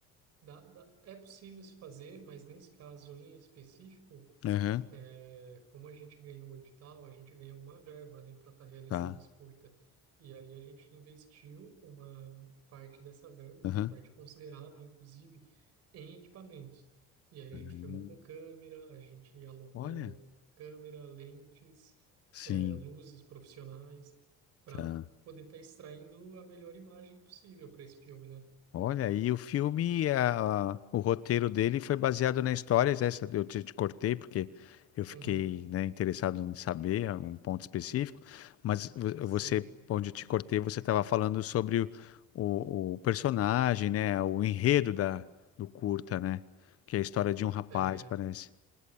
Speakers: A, on the right (about 60°); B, on the left (about 55°).
A: Dá, dá. É possível se fazer, mas nesse caso em específico.
B: Aham,
A: É, como a gente ganhou o edital, a gente ganhou uma verba, né, para estar realizando
B: tá.
A: esse curta. E aí a gente investiu uma parte dessa verba,
B: Aham.
A: uma parte considerável, inclusive, em equipamentos. E aí
B: Aham.
A: a gente filmou com câmera, a gente alocou
B: Olha.
A: câmera, lentes,
B: Sim,
A: é, luzes profissionais, para
B: tá.
A: poder estar extraindo a melhor imagem possível para esse filme, né?
B: Olha, e o filme, a- a- o roteiro dele foi baseado na história, né, essa eu te, te cortei porque eu fiquei,
A: Uhum,
B: né, interessado em saber ah, um ponto específico, mas vo-
A: sim.
B: você, onde eu te cortei, você estava falando sobre o, o- o personagem, né, o enredo da, do curta, né, que é a história de um rapaz,
A: É,
B: parece.